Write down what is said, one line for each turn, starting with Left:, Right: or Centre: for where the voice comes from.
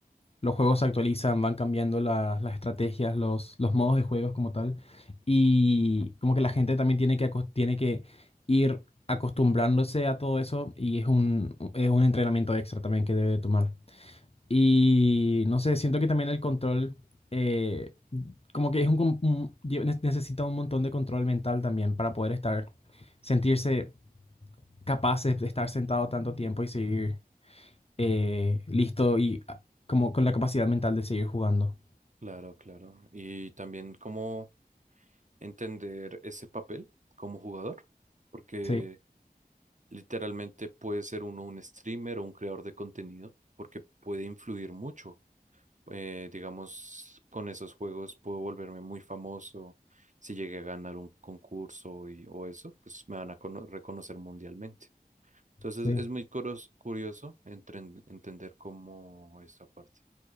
Left: Los juegos se actualizan, van cambiando las, las estrategias, los, los modos de juegos como tal. Y como que la gente también tiene que, acos- tiene que ir acostumbrándose a todo eso y es un, es un entrenamiento extra también que debe tomar. Y no sé, siento que también el control, eh, como que es un, com- un- lle- ne- necesita un montón de control mental también para poder estar, sentirse capaces de estar sentado tanto tiempo y seguir eh, listo y ah, como con la capacidad mental de seguir jugando.
Right: Claro, claro. Y también cómo entender ese papel como jugador, porque
Left: Sí,
Right: literalmente puede ser uno un streamer o un creador de contenido, porque puede influir mucho. Eh, digamos, con esos juegos puedo volverme muy famoso. Si llegué a ganar un concurso y, o eso, pues me van a cono- reconocer mundialmente. Entonces
Left: sí,
Right: es muy curos- curioso entren- entender cómo esa parte.